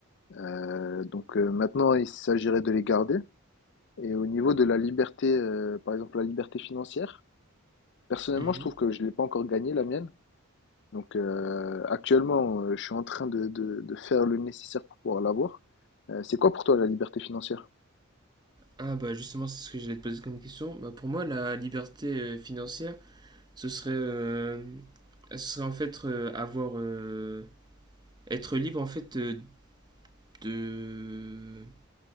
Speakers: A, on the left; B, on the right.
A: Euh, donc euh, maintenant, il s'agirait de les garder. Et au niveau de la liberté, euh, par exemple la liberté financière, personnellement,
B: Mhm.
A: je trouve que je l'ai pas encore gagnée la mienne. Donc euh, actuellement, euh, je suis en train de, de, de faire le nécessaire pour pouvoir l'avoir. Euh, c'est quoi pour toi la liberté financière?
B: Ah bah justement, c'est ce que j'allais te poser comme question. Bah pour moi, la liberté euh, financière, ce serait, euh, ce serait en fait euh, avoir, euh, être libre en fait euh, de,